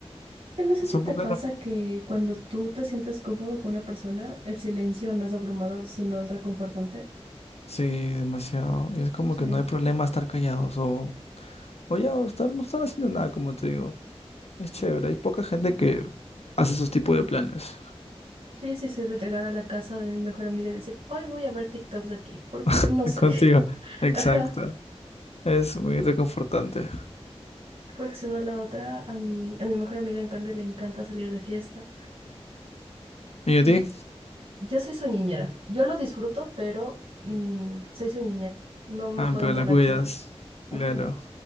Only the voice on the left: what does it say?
Son
pocas
las...
Sí, demasiado. Y es como
que no hay problema estar callados o, o ya, o estar, no estar haciendo nada, como te digo. Es chévere. Hay poca gente que hace esos tipos de planes.
<laughs>
Contigo.
Exacto.
Es muy reconfortante.
¿Y a ti?
Ah,
pero
la cuidas.
Claro.